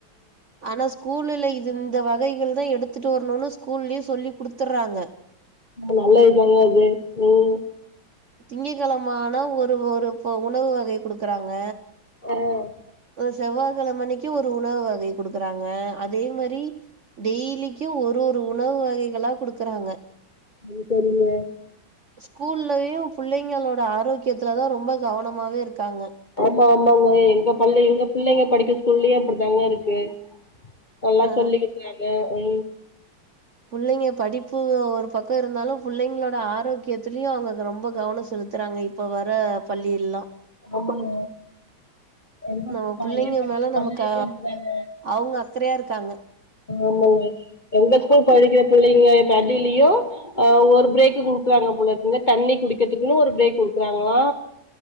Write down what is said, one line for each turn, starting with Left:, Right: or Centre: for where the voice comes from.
Right: ஆனா ஸ்கூல்ல இது இந்த வகைகள் தான் எடுத் துட்டு வரணும்னு ஸ்கூல்லயு சொல்லி குடுத்துட்றாங்க
Left: நல்லது தான அது உம்
Right: திங்கக்கிழம ஆனா ஒரு ஒரு உணவு வகை குடுக்குறாங்க
Left: உஹ்
Right: செவ்வாய் கிழம அன்னைக்கு ஒரு உணவு வகை கொடுக்குறாங்க அதே மாதிரி டெய்லிக்கும் ஒரு ஒரு உணவு வகைகளா குடுக்குறாங்க
Left: அது தெரியல
Right: ஸ்கூல்லயும் பிள்ளைங்களோட ஆரோக்கியத்துல தான் ரொம்ப கவனமாவே இருக்காங்க
Left: ஆமா ஆமாங்க எங்க பள்ளி எங்க பிள்ளைங்க படிக்கற ஸ்கூல்லயு அப்படித்தாங்க இருக்கு நல்லா
Right: ஆ
Left: சொல்லிகிறாங்க உ
Right: பிள்ளைங்க படிப்பு ஒரு பக்கம் இருந்தாலும் பிள்ளைங்களோட ஆரோக்கியத்திலயும் அவங்க ரொம்ப கவனம் செலுத்துறாங்க இப்ப வர பள்ளில்லாம்
Left: ஆமாங்க எங்க
Right: நம்ம
Left: பையன்
Right: புள்ளைங்க
Left: படிக்கிற
Right: மேல
Left: பள்ளியிலயு
Right: நமக்கு
Left: அப்படிதாங்க
Right: அவங்க அக்கறையா இருக்காங்க
Left: ஆமாங்க எங்க ஸ்கூல் படிக்கிற பிள்ளைங்க தண்டிலயும் அஹ் ஒரு பிரேக் குடுக்குறாங்க போல இருக்குங்க தண்ணி குடிக்கிறதுக்குன்னு ஒரு பிரேக் குடுக்குறாங்களா